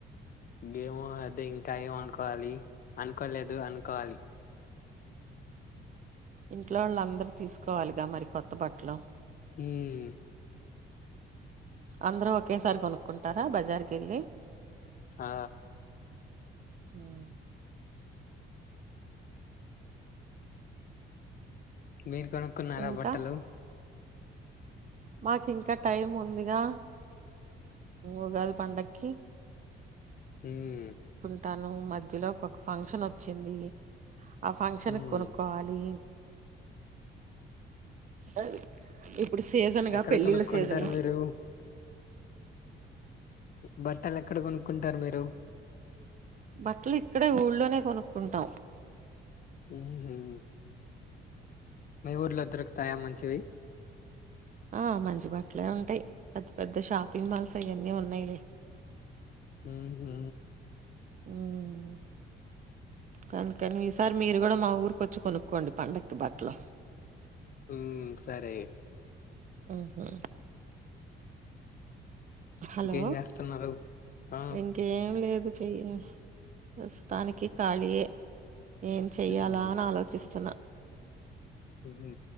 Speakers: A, on the left; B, on the right.
A: గేమో అదే ఇంకా ఏమ అనుకోవాలి అనుకోలేదు అనుకోవాలి
B: ఇంట్లో వాళ్ళు అందరు తీసుకోవాలిగా మరి కొత్త బట్టలు
A: హ్మ్
B: అందరూ ఒకేసారి కొనుక్కుంటారా బజార్కి వెళ్ళి
A: ఆ
B: మ్మ్
A: మీరు కొనుక్కున్నారా
B: ఇంకా
A: బట్టలు
B: మాకు ఇంకా టైం ఉందిగా ఉగాది పండక్కి
A: ఉమ్మ్
B: ఉంటాను మధ్యలో ఒక ఒక ఫంక్షన్ వచ్చింది ఆ ఫంక్షన్కి
A: మ్మ్
B: కొనుక్కోవాలి అ ఇప్పుడు సీజన్గా
A: ఎక్కడ
B: పెళ్ళిళ్ళ
A: కొనుక్కుంటారు
B: సీజను
A: మీరు బట్టలు ఎక్కడ కొనుక్కుంటారు మీరు
B: బట్టలు ఇక్కడే ఊళ్ళోనే కొనుక్కుంటాం
A: ఉమ్మ్ మీ ఊర్లో దొరుకుతాయా మంచివి
B: ఆ మంచి బట్టలే ఉంటాయి పెద్ద పెద్ద షాపింగ్ మాల్స్ అవన్నీ ఉన్నాయిలే
A: ఊహు
B: ఊమ్మ్ కాందుకని ఈసారి మీరు కూడా మా ఊరికొచ్చి కొనుక్కోండి పండగకి బట్టలు
A: ఉ సరే అయితే
B: ఊహు హలో
A: ఇంకేం చేస్తున్నారు ఆ
B: ఇంకేం లేదు చెయ్య పస్తాననికి కాలియే ఏం చెయ్యాలా
A: ఉమ్
B: అని ఆలోచిస్తున్నా
A: ఉహు